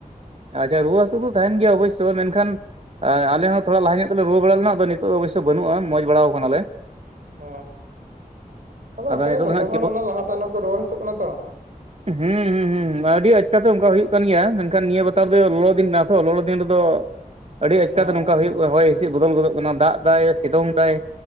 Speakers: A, on the right; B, on the right.
A: ᱟᱪᱪᱷᱟ ᱨᱩᱣᱟᱹ ᱦᱟᱥᱩ ᱫᱚ ᱛᱟᱦᱮᱱ ᱜᱮᱭᱟ ᱚᱵᱚᱥᱥᱳ ᱢᱮᱱᱠᱷᱟᱱ ᱟᱞᱮ
B: ᱦᱮᱸ
A: ᱦᱚᱸ ᱛᱷᱚᱲᱟ ᱞᱟᱦᱟ ᱧᱚᱜ ᱛᱚᱞᱮ ᱨᱩᱣᱟᱹ ᱵᱟᱲᱟ ᱞᱮᱱᱟ ᱟᱫᱚ ᱱᱤᱛᱚᱜ ᱫᱚ ᱚᱵᱚᱥᱳ ᱵᱟᱹᱱᱩᱜᱼᱟ, ᱢᱚᱡᱽ ᱵᱟᱲᱟᱣ ᱠᱟᱱᱟᱞᱮ᱾
B: ᱦᱮᱸ ᱟᱫᱚ ᱚᱝᱠᱟ
A: ᱱᱤᱛᱚᱜ
B: ᱜᱮ ᱡᱚᱛᱚ
A: ᱫᱚ ᱦᱟᱸᱜ
B: ᱦᱚᱲ
A: ᱪᱮᱫ
B: ᱚᱱᱟ ᱞᱟᱦᱟ ᱛᱟᱭᱱᱚᱢ ᱠᱚ ᱨᱩᱣᱟᱹ ᱦᱟᱹᱥᱩᱜ ᱠᱟᱱᱟ ᱛᱚ᱾
A: ᱦᱩᱸ ᱦᱩᱸ ᱦᱩᱸ ᱦᱩᱸ ᱟᱹᱰᱤ ᱟᱪᱠᱟ ᱫᱚ ᱚᱝᱠᱟ ᱦᱩᱭᱩᱜ ᱠᱟᱱ ᱜᱮᱭᱟ, ᱢᱮᱱᱠᱷᱟᱱ ᱱᱤᱭᱟᱹ ᱵᱟᱨ ᱛᱟᱨ ᱫᱚ ᱞᱚᱞᱚ ᱫᱤᱱ ᱠᱟᱱᱟ ᱛᱚ ᱞᱚᱞᱚ ᱫᱤᱱ ᱨᱮᱫᱚ ᱟᱹᱰᱤ ᱟᱪᱠᱟᱛᱮ
B: ᱦᱮᱸ
A: ᱱᱚᱝᱠᱟ ᱦᱩᱭᱩᱜ ᱦᱚᱭ ᱦᱤᱥᱤᱜ ᱵᱚᱫᱚᱞ ᱜᱚᱫᱚᱜ ᱠᱟᱱᱟ, ᱫᱟᱜ ᱫᱟᱜ ᱮᱭᱟ ᱥᱤᱛᱩᱝ ᱫᱟᱭ᱾